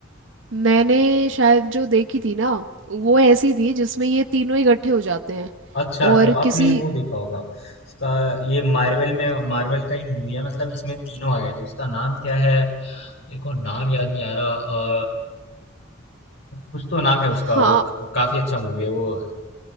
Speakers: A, on the right; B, on the left.
A: मैंने शायद जो देखी थी ना वो ऐसी थी जिसमें ये तीनों इकट्ठे हो जाते हैं
B: अच्छा
A: और
B: तो आपने
A: किसी
B: वो देखा होगा उसका ये मार्वल में मार्वल का ही मूवी है मतलब इसमें तीनों आ गए तो उसका नाम क्या है मेरे को नाम याद नहीं आ रहा अ, कुछ तो नाम है
A: हाँ
B: उसका वो, वो काफी अच्छा मूवी है वो